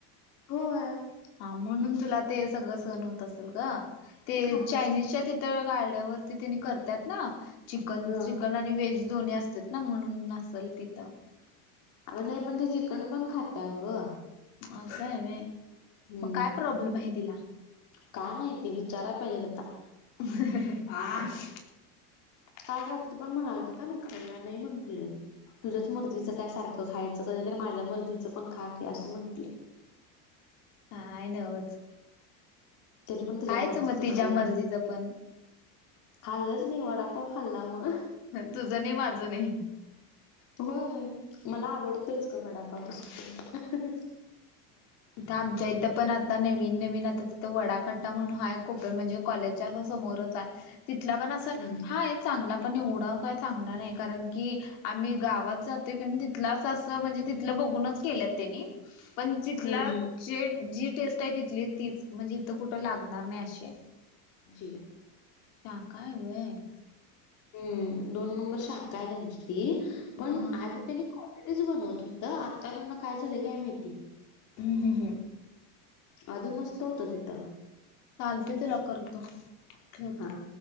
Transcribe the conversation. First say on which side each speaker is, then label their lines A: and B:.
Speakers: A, on the left; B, on the left.
A: होय!
B: हा म्हणून तुला ते सगळ सहण होत असल ग ते
A: खातच
B: चायनीजच्या ति त गाड्यावरती तेनी करत्यात ना चिकन,
A: ह
B: चिकन. आणि वेज दोनी असत्यात ना म्हणून असलं तिथं.
A: अ नही पण ते चिकन पण खात्या ग.
B: असं आहे व्हय
A: हम्म
B: मग काय प्रॉब्लेम आहे तिला?
A: काय माहितीय विचारायला पाहिजेत आता.
B: <unintelligible>
A: काल रात्री पण म्हणालतो काय मी खावूया नाही म्हंटली. तुझ्याच मर्जीच काय सारखं खायचं, कधी तरी माझ्या मर्जीचं पण खा की असं म्हंणती.
B: काय नवच
A: तरी पण तुझ्या
B: हायच
A: मर्जीच
B: मग तिच्या
A: खाल्ल
B: मर्जीच
A: नाही.
B: पण
A: खाल्लच नाही वडापाव खाल्ला मग.
B: तुझं नाही, माझं नाही.
A: होय, मला आवडतंच ग वडापाव तस पण.
B: इथ आमच्या इथं पण आता नवीन नवीन आता तिथं वडाकट्टा म्हणून हाय खुपे म्हणजे कॉलेजच्या अस समोरच हाय तिथला पण अस
A: हम्म
B: हाय चांगला पण एवढा काय चांगला नाही कारण की आम्ही गावात जातोय की नाइ तिथला अस म्हणजे तिथला बघूनच केलेत त्यांनी पण तिथला
A: हम्म
B: जे जी टेस्ट आहे तिथली तीच म्हणजे इथं कुठं लागणार नाही अशी आहे.
A: जी.
B: शाखाय व्हय.
A: हम्म दोन नंबर शाखा आहे त्यांची ती
B: हा
A: पण
B: हा
A: आधी त्यांनी तेच बनवत होत आता त्यांना काय झालं काय माहिती.
B: हम् हम् हम.
A: आधी मस्त होत तिथं.
B: चालते तुला करतो, ठेवतो.
A: हा.